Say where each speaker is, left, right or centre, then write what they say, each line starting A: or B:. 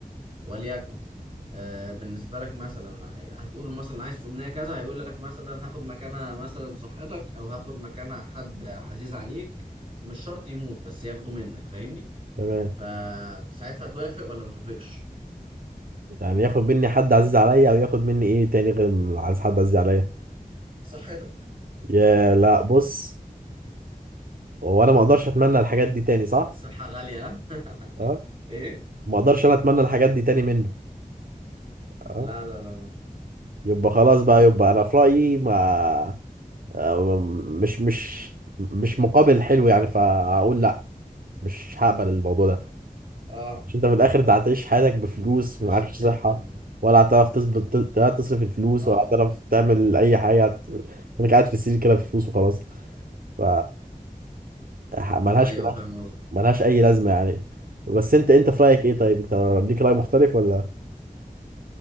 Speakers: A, on the right; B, on the right.
A: وليكن آه، بالنسبة لك مثلا هتقول له مثلا عايز أمنية كذا هيقول لك مثلا هاخد مكانها مثلا صحتك أو هاخد مكانها حد عزيز عليك مش شرط يموت بس ياخده منك فاهمني
B: تمام
A: فساعتها توافق ولا ما توافقش
B: يعني ياخد مني حد عزيز عليا او ياخد مني ايه تاني غير م- عايز حد عزيز عليا
A: صحتك
B: يا لا بص هو انا ما اقدرش اتمنى الحاجات دي تاني صح
A: الصحة غالية ها
B: اه
A: <laughs> إيه؟
B: ما اقدرش انا اتمنى الحاجات دي تاني منه اه
A: لا لا لا لا.
B: يبقى خلاص بقى يبقى انا في رايي ما آه، مش مش مش مقابل حلو يعني فاقول لا مش هقبل الموضوع ده
A: اه
B: مش انت في الاخر انت هتعيش حياتك بفلوس
A: مش
B: ومعكش
A: هتقبل
B: صحة
A: ما
B: ولا هتعرف تظبط لا تصرف الفلوس
A: اه
B: ولا هتعرف تعمل اي حاجة هت- انك قاعد في السرير كده في فلوس وخلاص ف ح- ملهاش
A: ايوه
B: ملهاش
A: فاهم قصدك
B: ملهاش اي لازمة يعني بس انت انت في رأيك ايه طيب انت ليك رأي مختلف ولا